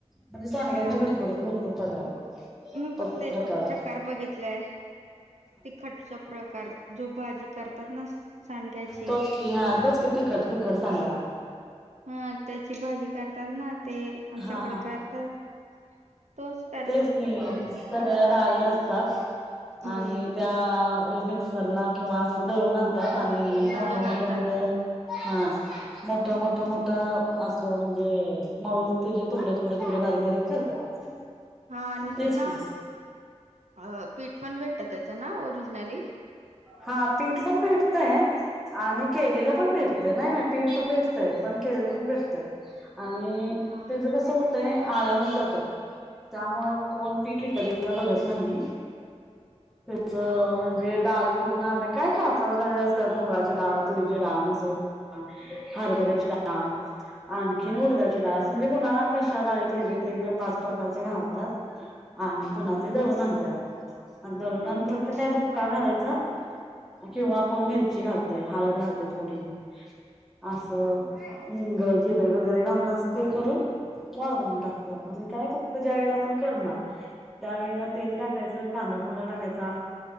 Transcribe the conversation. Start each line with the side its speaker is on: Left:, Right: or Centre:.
Centre: म्हजे
Right: हा
Centre: भरूर भरपूर पग
Right: ब- मी
Centre: पत्रकार
Right: फक्त एक प्रकार बघितलाय तिखटचा प्रकार जो भाजी करतात ना सांडक्याची
Centre: तोच की हा तेच की तिखट तिखट सांगा
Right: हा त्याची भाजी करतात ना ते आमच्याकडे
Centre: हा
Right: करतात तोच करतात
Centre: टेस्टी
Right: फक्त आमच्या
Centre: सगळ्या डाळी असतात
Right: हम्म
Centre: आणि त्या मिक्सरला किंवा असं दळून आणतात आणि
Right: दळण
Centre: मोठ मोठ
Right: आणतात
Centre: मोठ हा मोठ मोठ मोठं असं म्हणजे मळून ते जे तुकडे तुकडे तुकडे बारीक बारीक करतात
Right: हा आणि
Centre: तेच
Right: ते ना
Centre: की
Right: अ पीठ पण भेट त्याच ना ओरिजिनली
Centre: हा पीठ पण भेटतंय आणि केलेला पण भेटतंय नाही नाही पीठ पण भेटतंय पण केलं पण भेटत आणि
Right: हा
Centre: त्या ज कस होतंय आळ्याहून जातात त्यामुळं कोण पीठ विकतला बघत नाही त्याच म्हणजे डाल पूर्ण अ काय चार पाच डाळे असतात मुगाची डाळ तुरीची डाळ मसुरीची डाळ हरभरे चिडा आणखीन उलदाा चिड असं म्हणजे कोणाला कशाला पाहिजे ते पाच प्रकारचे घालतात आणि पुन्हा ते दळून आणतात आणि दळून आणून
Right: बर
Centre: फक्त काय बुक्का घालायचा किंवा कोण मिरची घालतय हलत घालतय थोडी अस हिंग, जिरे वगैरे घालून असं ते करून वाळवून टाकतात आणि काय फक्त ज्या वेळेला आपण करणार, त्यावेेळेला तेल टाकायचं कांदा थोडा टाकायचा